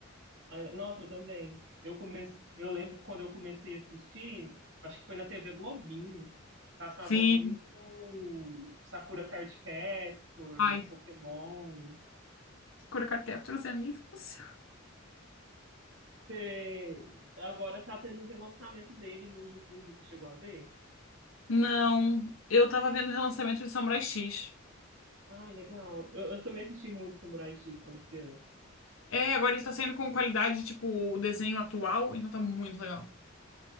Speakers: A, on the right; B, on the left.
A: Ah, nossa, eu também. Eu comecei, eu lembro que quando eu comecei a assistir, acho que foi na TV Globinho, passava
B: Sim,
A: muito Sakura Card Captors,
B: ai,
A: Pokémon.
B: Sakura Card Captors é a minha infância.
A: Você, agora tá tendo um relançamento dele no YouTube, você chegou a ver?
B: Não, eu tava vendo o relançamento de Samurai X.
A: Ai, legal. Eu, eu também assisti muito Samurai X quando criança.
B: É, agora ele tá saindo com qualidade, tipo, o desenho atual, então tá muito legal.